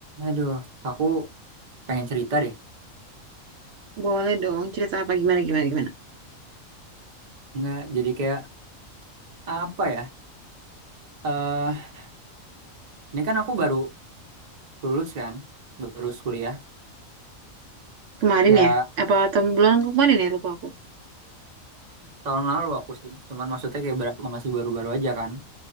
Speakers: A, on the right; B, on the right.
A: Aduh, aku pengen cerita deh.
B: Boleh dong, cerita apa gimana gimana gimana.
A: Nggak, jadi kayak apa ya? eh ini kan aku baru lulus kan, baru kuliah.
B: Kemarin
A: Ya
B: ya? Apa tahun bulan kemarin ya lupa aku.
A: tahun lalu aku sih, cuman maksudnya kayak berasa masih baru-baru aja kan.